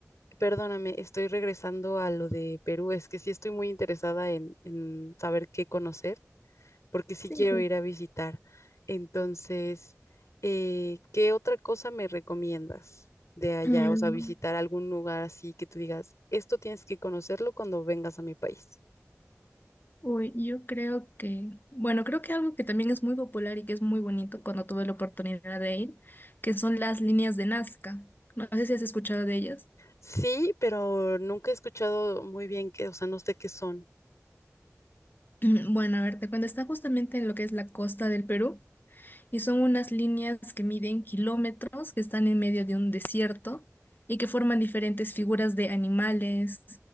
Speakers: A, on the left (about 70°); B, on the left (about 40°).
A: perdóname, estoy regresando a lo de Perú, es que sí estoy muy interesada en, en saber qué conocer. porque sí
B: Sí,
A: quiero
B: sí.
A: ir a visitar. Entonces, eh, ¿qué otra cosa me recomiendas de allá?
B: Mm.
A: O sea, visitar algún lugar así que tú digas, esto tienes que conocerlo cuando vengas a mi país.
B: Uy, yo creo que, bueno, creo que algo que también es muy popular y que es muy bonito cuando tuve la oportunidad de ir, que son las líneas de Nazca. No sé si has escuchado de ellas.
A: Sí, pero nunca he escuchado muy bien qué, o sea, no sé qué son.
B: <clears throat> Bueno, a ver, te cuento, está justamente en lo que es la costa del Perú y son unas líneas que miden kilómetros, que están en medio de un desierto y que forman diferentes figuras de animales,